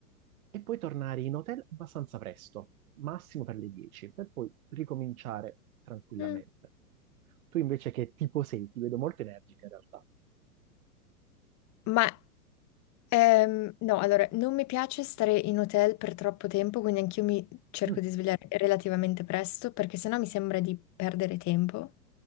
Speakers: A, on the right; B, on the left.
A: e poi tornare in hotel abbastanza presto, massimo per le 10, per poi ricominciare tranquillamente.
B: mm.
A: Tu invece che tipo sei, ti vedo molto energica in realtà.
B: Ma Ehm, no, allora, non mi piace stare in hotel per troppo tempo, quindi anch'io mi cerco
A: Mm,
B: di svegliare relativamente presto, perché sennò mi sembra di perdere tempo